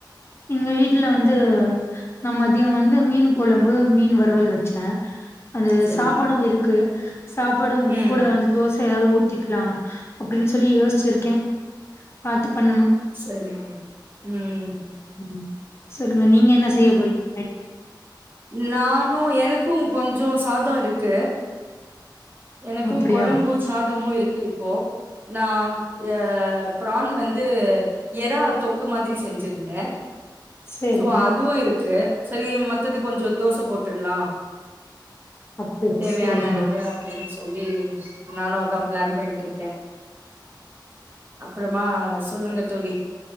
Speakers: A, on the left; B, on the right.
A: இங்க வீட்ல வந்து நம்மத் திய வந்து மீன் கொழம்பு மீன் வறுவல் வச்சே அந்த
B: சரி.
A: சாப்பாடு இருக்கு சாப்பாடு
B: ம்.
A: கூட வந்து தோச எதாவ் ஊத்திக்லா அப்டின்னு சொல்லி யோஸ்சிருக்கே பாத்து பண்ணணு
B: செரிங்க ம்
A: ம் சொல்லுங்க நீங்க என்ன செய்ய போறீ <inaudible>
B: நானு எனக்கு கொஞ்சோ சாதோ இருக்கு எனக்கு
A: அப்டியா
B: கொழம்பு சாதமு இருக்கு இப்போ நா ய பிரான் வந்து எறா தொக்கு மாதிரி செஞ்சிருந்தே
A: சேரி
B: சோ அதுவு இருக்கு செரி மத்தது கொஞ்சோ தோச போட்டுர்லா
A: அப்ப
B: தேவையான
A: சேரிங்க
B: அளவு அப்படின் சொல்லி நானு அதா பிளான் பண்ணிட்ருக்கே இருக்கே அப்பறமா சொல்லுங்க தோழி